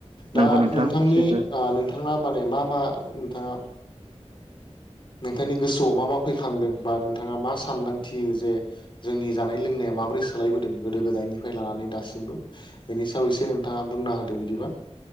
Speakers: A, on the right; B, on the left.
A: नंगौ
B: दा
A: नोंथां
B: नोंथांनि
A: सैथो
B: नोंथाङा माने मा मा नोंथाङा नोंथांनि गोसोआव मा मा फैखांदों बा नोंथाङा मा सानदांथियो जे जोंनि जानाय लोंनायाव माबोरै सोलायबोदों गोदो गोदायनिफ्राय लानानै दासिमबो बेनि सायाव एसे नोंथाङा बुंना होदों बिदिबा